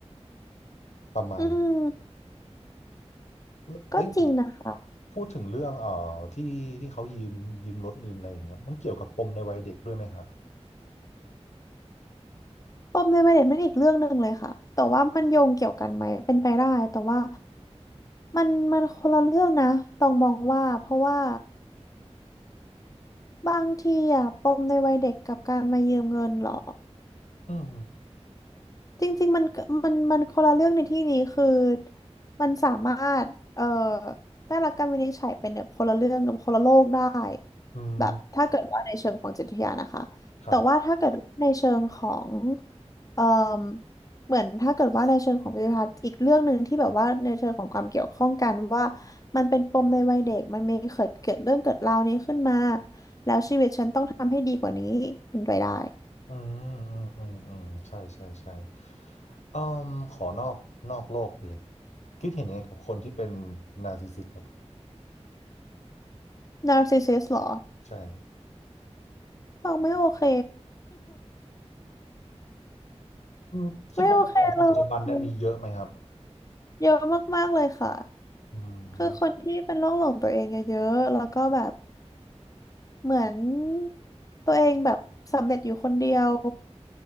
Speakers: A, on the left (about 85°); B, on the left (about 30°).
A: ประมาณ
B: อืม
A: แล้วแล้วอย่าง
B: ก็จริงนะคะ
A: พูดถึงเรื่องเอ่อที่ที่เขายืมยืมรถลืมอะไรอย่างเงี้ยมันเกี่ยวกับปมในวัยเด็กด้วยไหมฮะ
B: ปมในวัยเด็กเป็นอีกเรื่องหนึ่งเลยค่ะ แต่ว่ามันโยงเกี่ยวกันไหมเป็นไปได้แต่ว่ามันมันคนละเรื่องนะ ต้องมองว่าเพราะว่าบางทีอะปมในวัยเด็กกับการมายืมเงินเหรอ
A: อืม
B: จริงๆ มันก็มันมันคนละเรื่องในที่นี้คือมันสามารถเอ่อได้รับการวินิจฉัยเป็นแบบคนละเรื่องกับคนละโลกได้
A: อืม
B: แบบถ้าเกิดว่าในเชิงของจิตวิทยานะคะแต่ว่าถ้าเกิดในเชิงของ
A: ครับ
B: เอ่อเหมือนถ้าเกิดว่าในเชิงของจิตวิทยาอีกเรื่องหนึ่งที่แบบว่าในเชิงของความเกี่ยวข้องกันว่ามันเป็นปมในวัยเด็กมันมีเกิดเกิดเรื่องเกิดราวนี้ขึ้นมาแล้วชีวิตฉันต้องทำให้ดีกว่านี้เป็นไปได้
A: อืมอืมอืมอืมใช่ใช่ใช่อืมขอนอกนอกโลกไปเลยคิดเห็นยังไงกับคนที่เป็นนาร์ซิสซิสต์ครับ
B: นาร์ซิสซิสเหรอ
A: ใช่
B: บอกไม่โอเค
A: อืมคิดว่าในสังคมปัจจุบันเนี่ยมีเยอะไหมครับ
B: ไม่โอเคเลยเยอะมากๆเลยค่ะ
A: อื
B: คือคนที่เป็นโรคหลงตัวเองเยอะๆแล้วก็แบบ
A: ม
B: เหมือนตัวเองแบบสำเร็จอยู่คนเดียว